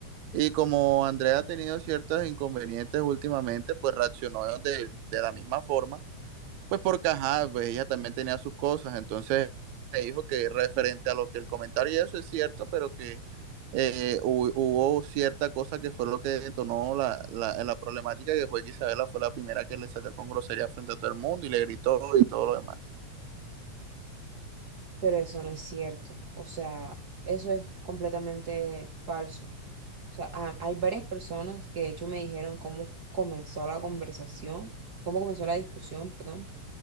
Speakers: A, on the right; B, on the right.
A: Y como Andrea ha tenido ciertos inconvenientes últimamente, pues reaccionó de, de la misma forma. Pues porque, ajá, pues ella también tenía sus cosas, entonces me dijo que referente a lo que el comentario y eso es cierto, pero que eh, hu- hubo cierta cosa que fue lo que detonó la, la, la problemática, que fue que Isabela fue la primera que le salió con grosería frente a todo el mundo y le gritó y todo lo demás.
B: pero eso no es cierto. O sea, eso es completamente falso. O sea, ha- hay varias personas que de hecho me dijeron cómo comenzó la conversación, cómo comenzó la discusión, perdón,